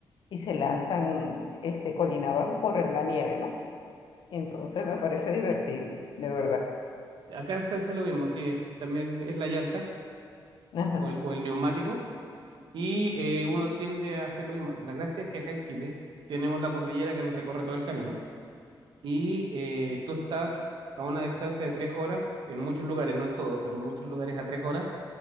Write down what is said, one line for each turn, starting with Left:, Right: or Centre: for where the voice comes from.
Left: y se lanzan este, colina abajo por la nieve, ¿no? Entonces me parece divertido, de verdad.
Right: Acá se hace lo mismo, sí, también es la llanta
Left: Ajá.
Right: o el, o el neumático y eh, uno tiende a hacer lo mismo. La gracia es que acá en Chile tenemos la cordillera que nos recorre todo el camino y eh, tú estás a una distancia de tres horas, en muchos lugares, no en todos, pero en muchos lugares a tres horas,